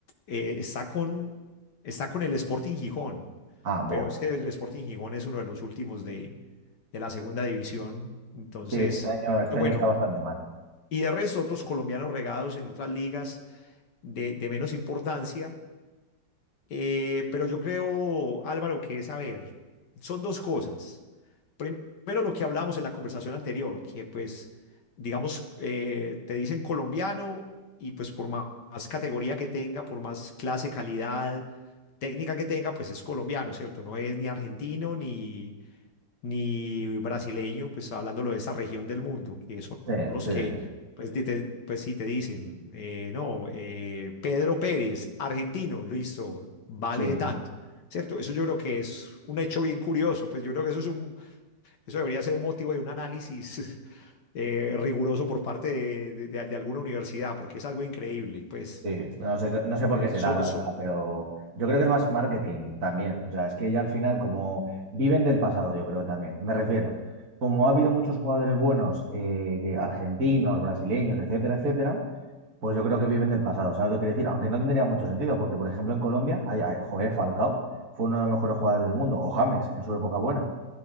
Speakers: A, on the left; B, on the right.
A: eh, está con, está con el Sporting Gijón,
B: Ah, buah.
A: pero es que el Sporting Gijón es uno de los últimos de, de la segunda división. Entonces,
B: Sí, este año, este
A: bueno,
B: año está bastante mal.
A: y de resto otros colombianos regados en otras ligas de, de menos importancia. Eh, pero yo creo, Álvaro, que es, a ver, son dos cosas. Primero, lo que hablamos en la conversación anterior, que pues, digamos, eh, te dicen colombiano y pues por más, más categoría que tenga, por más clase, calidad, técnica que tenga, pues es colombiano, ¿cierto? No es ni argentino, ni ni brasileño, pues hablándolo de esa región del mundo, que son
B: Sí,
A: los
B: sí,
A: que,
B: sí.
A: pues, di- te- pues sí te dicen, eh, no, eh, Pedro Pérez, argentino, listo, vale
B: Sí,
A: tanto.
B: sí.
A: ¿Cierto? Eso yo creo que es un hecho bien curioso, pues yo creo que eso es un, eso debería ser un motivo de un análisis <laughs> eh, riguroso por parte de, de- de- de alguna universidad, porque es algo increíble, pues
B: Sí, no sé, no sé por
A: eh,
B: qué será,
A: so-
B: la
A: so-
B: verdad, pero yo creo que es más marketing también. O sea, es que ya al final, como viven del pasado, yo creo que también. Me refiero, como ha habido muchos jugadores buenos, eh, que- argentinos, brasileños, etcétera, etcétera, pues yo creo que viven del pasado. ¿Sabes lo que quiero decir? Aunque no tendría mucho sentido, porque por ejemplo en Colombia, hay, hay- joder, Falcao fue uno de los mejores jugadores del mundo, o James en su época buena.